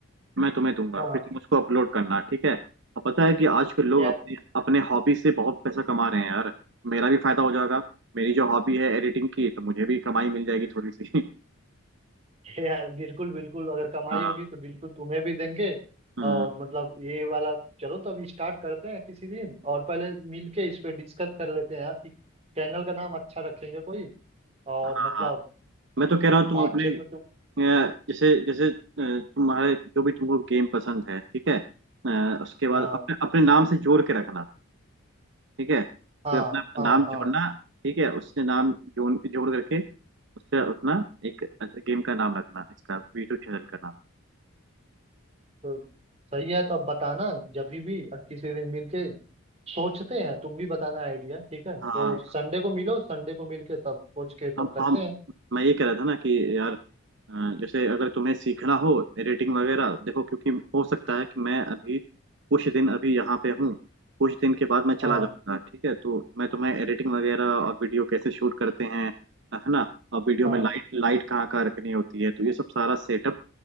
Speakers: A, on the right (about 55°); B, on the right (about 30°).
A: मैं तुम्हें दूंगा
B: हाँ
A: फिर तुम उसको अपलोड करना ठीक है और पता है कि आजकल लोग
B: यार
A: अपने अपने हॉबी से बहुत पैसा कमा रहे हैं यार मेरा भी फायदा हो जाएगा मेरी जो हॉबी है एडिटिंग की तो मुझे भी कमाई मिल जाएगी थोड़ी सी <laughs>
B: यार बिल्कुल बिल्कुल अगर कमाई
A: हाँ
B: होगी तो बिल्कुल तुम्हें भी देंगे
A: हम्म,
B: और मतलब ये वाला चलो तो अभी स्टार्ट करते हैं किसी दिन और पहले मिल के इस पे डिस्कस कर लेते हैं यार कि चैनल का नाम अच्छा रखेंगे कोई और
A: हाँ
B: मतलब
A: हाँ मैं तो कह
B: हाँ
A: रहा हूँ तुम अपने
B: अच्छे से तुम
A: अ, जैसे जैसे अ, तुम्हारे जो भी तुमको गेम पसंद है ठीक है अ, उसके बाद
B: हाँ
A: अपने अपने नाम से जोड़ के रखना ठीक है फिर
B: हाँ
A: अपना
B: हाँ
A: नाम
B: हाँ
A: जोड़ना ठीक है उससे नाम जोड़ जोड़ करके उससे अपना एक गेम का नाम रखना इसका वीटू चैनल का नाम
B: तो सही है तो अब बताना जब भी भी और किसी दिन मिलके सोचते हैं तुम भी बताना आइडिया ठीक है
A: हाँ
B: तो संडे को मिलो संडे को मिलके तब सोच के
A: हम
B: तब करते
A: हम
B: हैं
A: मैं ये कह रहा था ना कि यार अ, जैसे अगर तुम्हें सीखना हो एडिटिंग वगैरह देखो क्योंकि हो सकता है कि मैं अभी कुछ दिन अभी यहाँ पे हूँ कुछ दिन के बाद मैं
B: हाँ
A: चला जाऊंगा ठीक है तो मैं तुम्हें एडिटिंग वगैरह और वीडियो कैसे शूट करते हैं है ना और वीडियो
B: हाँ
A: में लाइट लाइट कहाँ कहाँ रखनी होती है तो ये सब सारा सेटअप